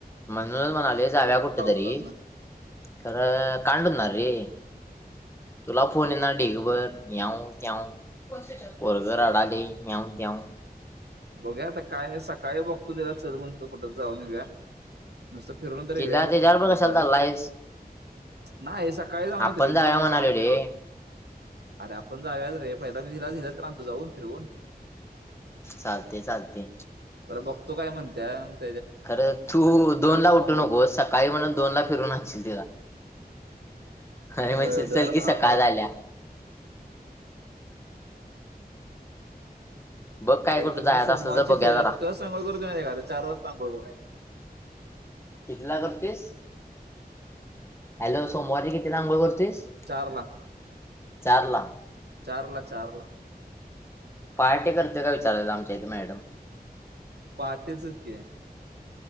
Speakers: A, on the left (about 15°); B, on the right (about 85°).
A: म्हणूनचं म्हणालोयं जावुयां कुठं
B: पावसातनं
A: तरी खरं काढणारं आहे. ये तुलां फोन येणारं ढिगभर यांऊं त्यांऊ पोरघ रडालंय याऊंन त्याऊंन
B: बघुयां आतां कायं सकाळीं बघतो त्यांला चलं म्हणतो कुठं तरं जाऊंन येऊंयां नुस्तं फिरूंन तरं
A: तिला
B: येऊंयां
A: त्याच्याबरोबर
B: दुपांरी
A: कशाला चाललायस
B: नाहीं सकाळीं जाऊंन
A: आपण
B: येतों
A: जाऊया
B: मंग
A: म्हणालोय
B: दहा च्यां
A: रे.
B: अरे आपणं जाऊयाच रे पहिला मी तिला तरं आणतो जावूंन फिरवूंन
A: चालतें चालतें
B: तरं बघतो कायं म्हणत्यांत
A: खरं तू दोन ला उठू
B: मग
A: नकोसं सकाळीं म्हण दोन लां फिरूंन आणशील तिलां अरे म्हणशील
B: होय, जरा
A: चलकी
B: दहा
A: सकाळीं
B: वाजता
A: झाल्यां <unintelligible> बघ काय
B: तरी
A: कुठं
B: तुम्हीं
A: जायचं
B: सोमवारची
A: असलं तर बघूया
B: किती
A: जरा
B: वाजंतां अंघोळ करतों माहित्या का ए चार वाजतां अंघोळ करतों
A: कितीला करतेस हॅलो. सोमवारी कितीला अंघोळ करतेस
B: चार ला
A: चार ला
B: चार ला चार ला
A: पार्टी करतो का विचारत आमच्या इथे मॅडम
B: पार्टीचच की